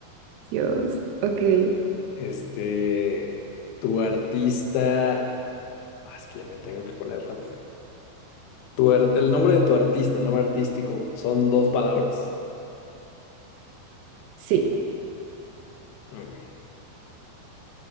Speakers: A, on the right; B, on the left.
A: Dios, ok.
B: Este, tu artista, ah, es que ya me tengo que poner rápido. Tu ar- El nombre de tu artista, el nombre artístico, son dos palabras.
A: Sí.
B: Ok.